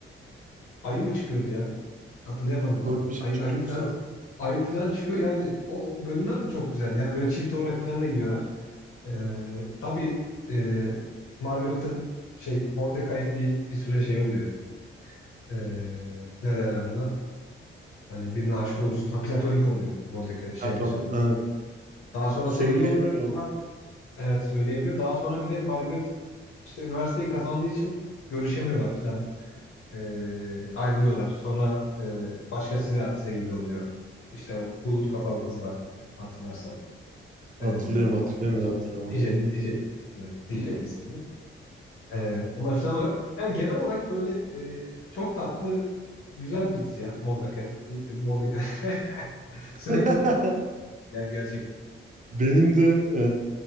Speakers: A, on the left; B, on the right.
A: ayı mı çıkıyordu ya? Hatırlayamadım tam.
B: Öyle bir şey
A: Ayı,
B: çıkıyordu
A: ayı falan
B: sana.
A: ayı falan çıkıyor yani o bölümler de çok güzel. Yani böyle çift olarak falan da gidiyorlar. Ee, tabii e, Margaret'ın şey Mordecai'nin bir, bir süre şey oluyor. Ee, ne derler ona? Hani birine aşık olursun. Ha platonik oluyor Mordecai şey
B: Ha, pardon,
A: bir süre.
B: ha,
A: Daha sonra
B: söyleyemiyor.
A: sevgili oluyor. Sonra evet söyleyemiyor. Daha sonra bir de Margaret işte üniversiteyi kazandığı için görüşemiyorlar falan. E, ayrılıyorlar. Sonra e, başkasıyla sevgili oluyor. İşte o bulut kafalı kızla hatırlarsan.
B: Hatırlıyorum
A: E,
B: hatırlıyorum
A: hatırlıyor musun?
B: ya, hatırlamadım.
A: DJ,
B: oğlum.
A: DJ ismi. DJ ismi. E, onlar falan olarak. Yani genel olarak böyle e, çok tatlı, güzel bir dizi ya. Mordecai. E, Mordecai. <laughs> Sürekli
B: <laughs>
A: yani gerçekten.
B: Benim de e,